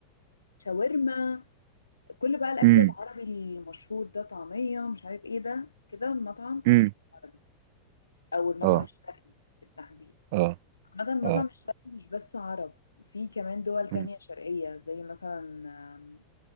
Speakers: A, on the left; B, on the right.
A: شاورما كل بقى الأكل
B: امم
A: العربي المشهور ده طعمية مش عارف ايه ده كده المطعم
B: امم
A: العربي أو المطعم
B: اه
A: الشرقي بالتحديد
B: اه
A: عامة المطعم
B: اه
A: الشرقي مش بس عرب في كمان دول تانية
B: مم.
A: شرقية زي مثلا